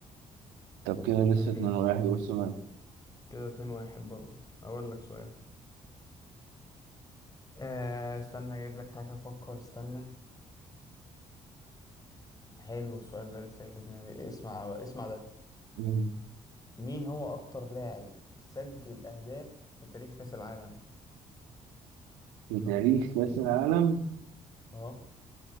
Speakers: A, on the right (about 85°); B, on the left (about 25°).
A: طب كده لسه
B: ماشي
A: 2 واحد قول سؤال
B: كده اتنين واحد برضو هقول لك سؤال آه استنى اجيب لك حاجة افكر استنى حلو السؤال ده لسه في دماغي اسمع اسمع ده
A: مم.
B: مين هو اكتر لاعب سجل اهداف في تاريخ كأس العالم
A: في تاريخ كأس العالم
B: اه